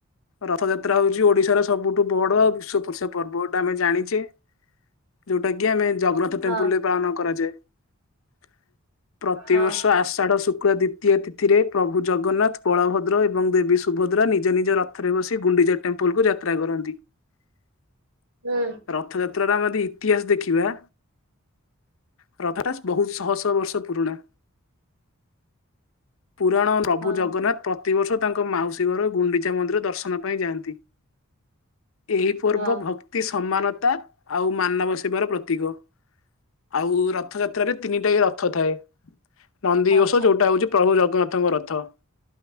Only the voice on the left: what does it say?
ରଥଯାତ୍ରା ହଉଛି ଓଡିଶାର ସବୁଠୁ ବଡ ଆଉ ବିଶ୍ୱ ପ୍ରସିଦ୍ଧ ପର୍ବ ଏଟା ଆମେ ଜାଣିଛେ। ଯୋଉଟା କି ଆମେ ଜଗରତ ଟେମ୍ପୁଲରେ
ପାଳନ କରାଯାଏ <unintelligible> ପ୍ରତିବର୍ଷ
ଆଷାଢ ଶୁକ୍ଳ ତୀ ଦ୍ିତୀୟ ତିଥିରେ ପ୍ରଭୁ ଜଗନ୍ନାଥ ବଳଭଦ୍ର ଏବଂ ଦେବୀ ସୁଭଦ୍ରା ନିଜ ନିଜ ରଥରେ ବସି ଗୁଣ୍ଡିଚା ଟେମ୍ପଲ କୁ ଯାତ୍ରା କରନ୍ତି। <inaudible>
ରଥଯାତ୍ରାରେ ଆମେ ଇତିହାସ ଦେଖିବା। <unintelligible> ବହୁତ ଶହ ଶହ ବର୍ଷ ପୁରୁଣା। ପୁରାଣ ପ୍ରଭୁ
ଜଗନ୍ନାଥ ପ୍ରତିବର୍ଷ ତାଙ୍କ ମାଉସୀ ଘର ଗୁଣ୍ଡିଚା ମନ୍ଦିର ଦର୍ଶନ ପାଇଁ ଯାଆନ୍ତି। ଏହି ପର୍ବ
ଭ ଅତି ସମାନତା ଆଉ ମାନବ ସେବାର ପ୍ରତୀକ ଆଉ ର ରଥଯାତ୍ରାରେ ତିନିଟା ରଥ ଥାଏ ନନ୍ଦିଘୋଷ
ଯୋଉଟା ହଉଛି ପ୍ରଭୁ ଜଗନ୍ନାଥଙ୍କ ରଥ।